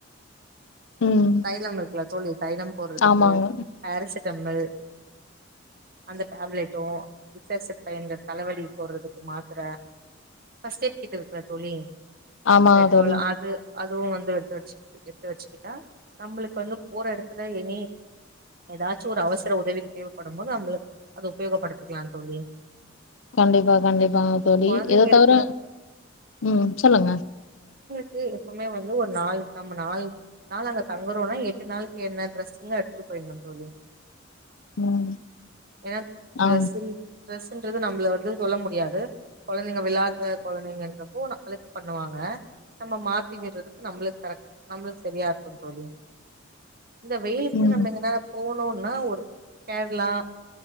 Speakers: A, on the left (about 75°); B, on the right (about 50°).
A: ம்
B: தைலம் இருக்குல்ல தோழி தைலம் போடுறதுக்கு
A: ஆமாங்க
B: பேராசிட்டமல் அந்த tablet Vicks Action five hundred தலவலிக்கு போடுறதுக்கு மாத்ர ஃபர்ஸ்ட் எய்ட் கிட் இருக்குல்ல தோழி
A: ஆமா
B: டெட்டால்
A: தோழி
B: அது அதுவு வந்து எடுத்து வச்சி எடுத்து வச்சசிகிட்டா நம்மளுக்கு வந்து போற எடத்துல எனி ஏதாச்சு ஒரு அவசர உதவிக்கு தேவப்படும்போது நம்மளுக்கு அது உபயோகப்படுத்திக்கிலா தோழி
A: கண்டிப்பா கண்டிப்பாங்க தோழி
B: கொழந்தைங்க
A: இத
B: இருக்கிற
A: தவர ம் சொல்லுங்க
B: இது எப்பவுமே வந்து ஒரு நாள் டம் நாள் நாள் அங்க தங்குறோன்னா எட்டு நாளுக்கு என்ன டிரஸ்ஸுங்க எடுத்துட்டு போய்டணு தோழி
A: ம்
B: என்ன டிரெஸ்ன்
A: ஆ
B: ட்ரெஸ்ன்றது நம்பள வந்து சொல்ல முடியாது கொழந்தைங்க விளாட்ற கொழந்தைங்கன்றப்போ அழுக்கு பண்ணுவாங்க நம்ம மாத்தி விடுறதுக்கு நம்மளுக்கு கரெக்ட் நம்மளுக்கு சரியா இருக்கு தோழி இந்த வெயிலுக்கு
A: ம்
B: நம்ம எங்கன்னா போனுன்னா ஒரு கேரளா